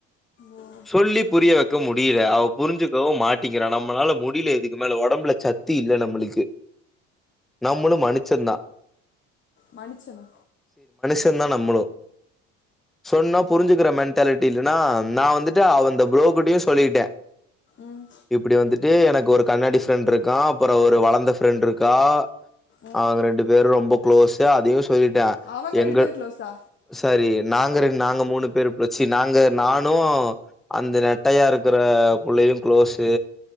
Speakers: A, on the left; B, in the centre.
A: ஓ
B: சொல்லி புரிய வெக்க முடியல அவ புரிஞ்சுக்கவும் மாட்டிங்கிறா நம்மளால முடில இதுக்கு மேல ஒடம்புல சத்தி இல்ல நம்மளுக்கு நம்மளும் மனுச்சந்தா
A: மனுச்சனா
B: தென்னா நம்பனும் சொன்னா புரிஞ்சுக்கிற மெண்டாலிட்டி இல்லன்னா நா வந்துட்டு அவ அந்த புரோக்கிட்டயும் சொல்லிட்டே
A: ம்
B: இப்டி வந்துட்டு எனக்கு ஒரு கண்ணாடி ஃப்ரெண்ட் இருக்கா அப்புறம் வளர்ந்த ஃப்ரெண்ட் இருக்கா
A: ம்
B: அவங்க ரெண்டு பேரும் ரொம்ப க்ளோஸ் யாதுயூஸ் சொல்லிட்டா
A: அவங்க
B: எங்க
A: ரெண்டு பேரும் க்ளோஸா
B: சரி நாங்க ரெ நாங்க மூணு பேரு பிச்சு நாங்க நானு அந்த நெட்டையா இருக்குற புள்ளையு குளோஸ்